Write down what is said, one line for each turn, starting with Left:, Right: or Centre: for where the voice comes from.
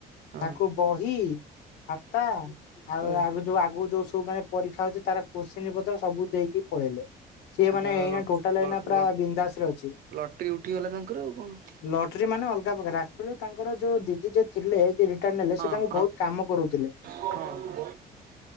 Right: ହଁ
Left: ତାଙ୍କୁ ବହି ଖାତା ଆଉ
Right: ହଁ
Left: ଆଗ ଯୋଉ ଆଗୁକୁ ଯୋଉ ସବୁ ମାନେ ପରୀକ୍ଷା ଅଉଛି ତାର କନ୍ସଚିନି ପତ୍ର ସବୁ ଦେଇକି ପଳେଇଲେ। ସେ
Right: ଆଉ
Left: ମାନେ
Right: ତା
Left: ଏଇନା
Right: ଲ
Left: ଟୋଟାଲେ ପୁରା
Right: ଲ
Left: ବିନ୍ଧାସରେ ଅଛି
Right: ଲଟେରୀ ଉଠିଗଲା ତାଙ୍କର ଆଉ କଣ
Left: ଲଟରୀ ମାନେ ପାଖରେ ଅକ୍ଚୁଲି ତାଙ୍କର ଯୋଉ ଦିଦି ଜେ ଥିଲେ ରିଟାର୍ଡ ନେଲେ
Right: ହଁ
Left: ସେ ତାଙ୍କୁ
Right: ହଁ
Left: ବହୁତ କାମ କରଉଥିଲେ।
Right: ହଁ